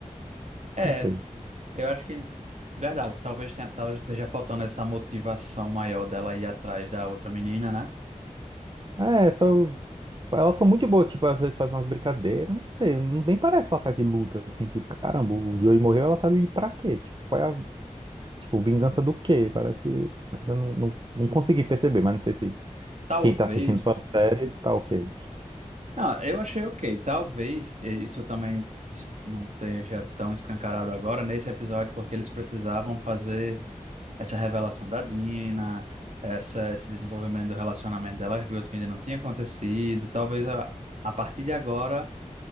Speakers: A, on the right (about 65°); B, on the right (about 35°).
A: É,
B: não sei.
A: eu acho que, verdade, talvez, tenha- talvez esteja faltando essa motivação maior dela ir atrás da outra menina, né?
B: É, tô... Elas são muito boas, tipo, às vezes faz umas brincadeiras, não sei, não- nem parece que ela tá de luta, assim, que, caramba, o Joey morreu, ela tá ali pra quê? Tipo, qual é a, tipo, vingança do quê? Parece, ainda não, não, não consegui perceber, mas não sei se
A: Talvez.
B: quem tá assistindo sua série tá ok.
A: Não, eu achei ok. Talvez eh, isso também es- não esteja tão escancarado agora nesse episódio, porque eles precisavam fazer. essa revelação da Dina, essa, esse desenvolvimento do relacionamento delas duas que ainda não tinha acontecido. Talvez a, a partir de agora